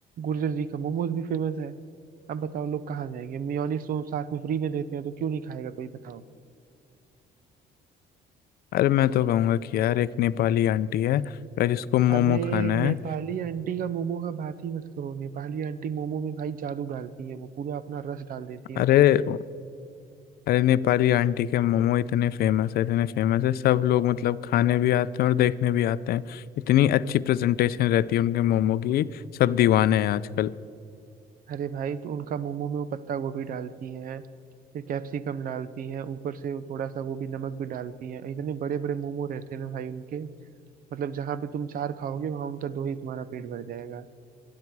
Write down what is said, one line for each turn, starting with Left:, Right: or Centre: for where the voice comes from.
Right: गुर्जर जी का मोमोज भी फेमस है अब बताओ लोग कहाँ जाएंगे मियोनिस तो साथ में फ्री में देते हैं तो क्यों नहीं खाएगा कोई बताओ
Left: अरे मैं तो कहूँगा कि यार एक नेपाली आंटी है अगर जिसको मोमो
Right: अबे
Left: खाना
Right: नेपाली
Left: है
Right: आंटी का मोमो का बात ही मत करो नेपाली आंटी मोमो में भाई जादू डालती है वो पूरा अपना रस डाल देती है
Left: अरे
Right: उसमें
Left: अरे नेपाली आंटी के मोमो इतने फेमस है इतने फेमस है सब लोग मतलब खाने भी आते हैं और देखने भी आते हैं इतनी अच्छी प्रेजेंटेशन रहती है उनके मोमो की सब दीवाने हैं आजकल
Right: अरे भाई तो उनका मोमो में वो पत्ता गोभी डालती हैं फिर कैप्सिकम डालती हैं ऊपर से वो थोड़ा सा वो भी नमक भी डालती हैं इतने बड़े बड़े मोमो रहते हैं ना भाई उनके मतलब जहाँ पे तुम चार खाओगे वहां उनका दो ही तुम्हारा पेट भर जाएगा